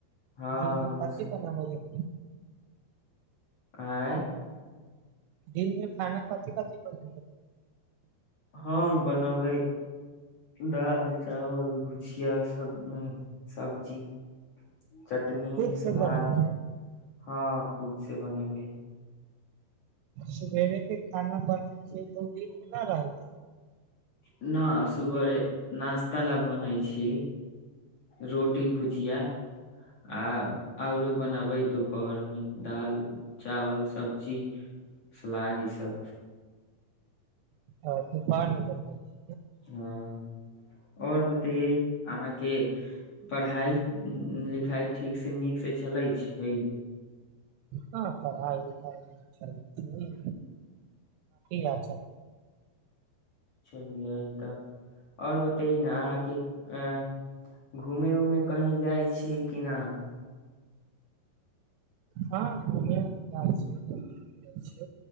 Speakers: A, on the left; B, on the right.
A: हँ
B: दिनमे
A: हमर
B: कथी
A: सब
B: बनाबैय
A: आँय
B: दिनमे खाना कथी कथी कर
A: हम बनबै दालि चावल भुजिया सब सब्जी चटनी
B: खुद
A: सलाद
B: से पग भ
A: हँ खुद से बने भइ
B: सबेरे के खाना बनल छै तऽ ओ दिन नहि रहलत
A: न सुबरे नश्ता ल बनाै छियै रोटी भुजिया आ औरो बनबै दुोपहर मे चावल दा सब्जी सलाद ईसभ
B: आ त
A: हँ आओर बतैे अहाँके पढ़ाइ लिखाइ ठीकसँ नीकसँ चलै छै
B: हँ पढ़ाइ काफी य
A: चलिए इ तऽ आओर बतइ न अहाँके अ घूमे उमे कहीँ जाइ छी कि नहि
B: हँ घुमे उउमे जाय छी